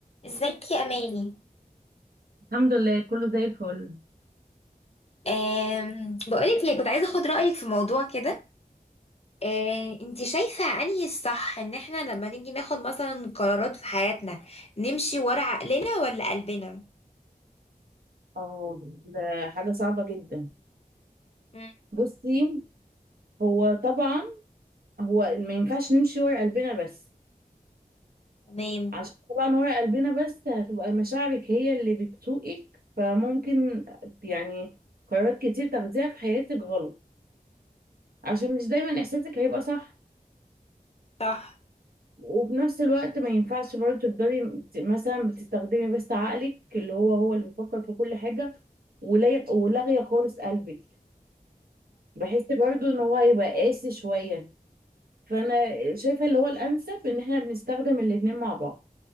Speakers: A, on the left; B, on the right.
A: ازيك يا اماني
B: الحمد لله كله زي الفل
A: أم بقولك ليه كنت عايزه اخد رايك في موضوع كده أه انتي شايفه انهي الصح ان احنا لما نيجي ناخد مثلا قرارات في حياتنا نمشي ورا عقلنا ولا قلبنا
B: اه ده حاجة صعبة جدا
A: مم.
B: بصي هو طبعا هو ما ينفعش نمشي ورا قلبنا بس
A: تمام
B: عشان طبعا ورا قلبنا بس هتبقى مشاعرك هي اللي بتسوقك فممكن يعني قرارات كتير تاخديها في حياتك غلط عشان مش دايما احساسك هيبقى صح
A: صح
B: وفي نفس الوقت ما ينفعش برضه تفضلي بت- مثلا بتستخدمي بس عقلك اللي هو هو اللي بيفكر في كل حاجة ولا- ولاغية خالص قلبك بحس برضو ان هو هيبقى قاسي شوية فانا شايفة اللي هو الانسب ان احنا بنستخدم الاتنين مع بعض